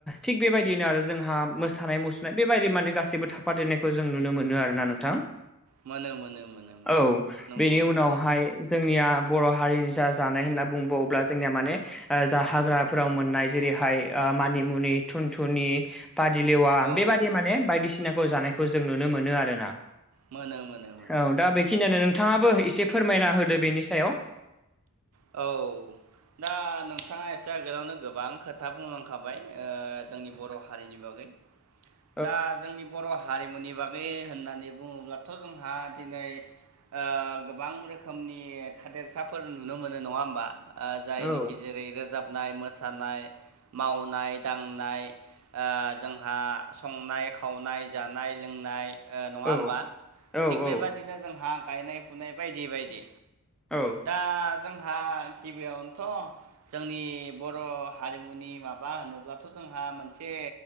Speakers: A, in the centre; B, on the right.
A: थिग बेबायदिनो आरो जोंहा मोसानाय मुसुरनाय बेबायदि माने गासै जेबो थाफादेरनायखौ जों नुनो मोनो आरोना नोंथां।
B: मोनो मोनो मोनो मोनो
A: औ
B: नंगौ
A: बेनि
B: थारैनो
A: उनावहाय जोंनिया बर' हारिनि जा जानाय होनना बुंबावोब्ला जोंनिया माने ओ जा हाग्राफोराव मोननाय जेरैहाय ओ मानिमुनि थुनथुनि पादिलेवा
B: औ
A: बेबादि माने बायदिसिनाखौ जानायखौ जों नुनो मोनो आरोना।
B: मोनो मोनो मोनो
A: औ दा बेखिनियानो नोंथाङाबो एसे फोरमायना होदो बेनि सायाव।
B: औ दा नोंथाङा एसे आगोलावनो गोबां खोथा बुंलांखाबाय ओ जोंनि बर' हारिनि बागै।
A: <inaudible>
B: दा जोंनि बर' हारिमुनि बागै होननानै बुङोब्लाथ' जोंहा दिनै ओ गोबां रोखोमनि थादेरसाफोर नु नो मोनो नङा होमबा जायनिखि
A: औ
B: जेरै रोजाबनाय मोसानाय मावनाय दांनाय ओ जोंहा संनाय खावनाय जानाय लोंनाय ओ नङा
A: औ
B: होमबा
A: औ
B: थिग बेबादिनो
A: औ
B: जोंहा गायनाय फुनाय बायदि बायदि।
A: औ
B: दा जोंहा गिबियावनोथ' जोंनि बर' हारिमुनि माबा होनोब्लाथ' जोंहा मोनसे